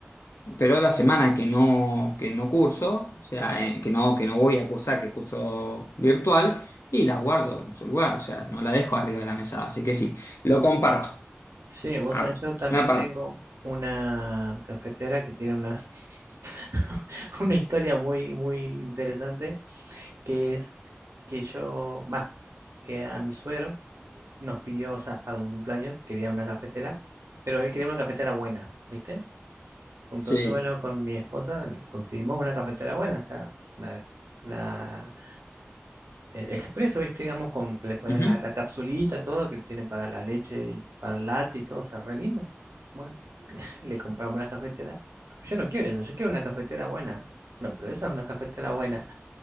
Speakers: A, on the left (about 80°); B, on the right (about 85°).
A: pero la semana que no, que no curso, o sea, eh, que no, que no voy a cursar, que curso virtual, y las guardo en su lugar, o sea, no la dejo arriba de la mesa. Así que sí, lo comparto.
B: Sí, vos
A: Ah,
B: sabés, yo también
A: una parte.
B: tengo una cafetera que tiene una, <laughs> una historia muy, muy interesante, que es que yo, va, que a mi suegro nos pidió, o sea, para un cumpleaños quería una cafetera, pero él quería una cafetera buena, ¿viste? Entonces,
A: Sí.
B: bueno, con mi esposa le conseguimos una cafetera buena, o sea, la, la, eh, expreso, ¿viste? Digamos, con que le ponen
A: Ujú.
B: la, la capsulita, todo, que tiene para la leche y para el latte y todo, o sea, re linda. Bueno, le compramos la cafetera. No, Pero yo no quiero eso, yo quiero una cafetera buena. Bueno, pero esa es una cafetera buena.